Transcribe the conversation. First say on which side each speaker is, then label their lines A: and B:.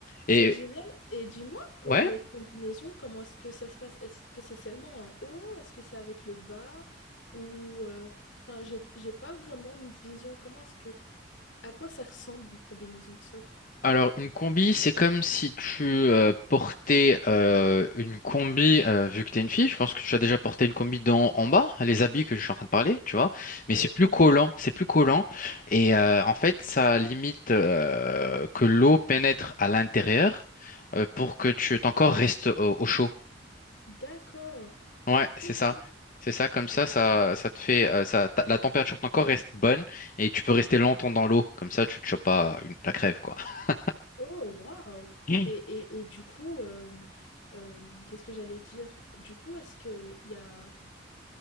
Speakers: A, on the left (about 80°); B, on the left (about 45°).
A: C'est
B: Et
A: génial. Et dis-moi, pour
B: ouais,
A: les combinaisons, comment est-ce que ça se passe? Est-ce que c'est seulement un haut? Est-ce que c'est avec le bas? Ou euh, enfin, j'ai j'ai pas vraiment une vision. Comment est-ce que à quoi ça ressemble une combinaison de surf?
B: alors une combi, c'est comme si tu euh, portais euh, une combi, euh, vu que tu es une fille, je pense que tu as déjà porté une combi d'en en bas, les habits que je suis en train de parler, tu vois. Mais
A: Oh,
B: c'est plus
A: Oui.
B: collant, c'est plus collant. Et euh, en fait, ça limite euh, que l'eau pénètre à l'intérieur euh, pour que tu, ton corps reste au au chaud.
A: D'accord.
B: Ouais,
A: Ok.
B: c'est ça. C'est ça, comme ça, ça, ça te fait, euh, ça, ta- la température de ton corps reste bonne et tu peux rester longtemps dans l'eau. Comme ça, tu te chopes pas une- la crève, quoi. <gasps>
A: Oh waouh.
B: Mm.
A: Et, et, et du coup, euh, euh, qu'est-ce que j'allais dire? Du coup, est-ce que il y a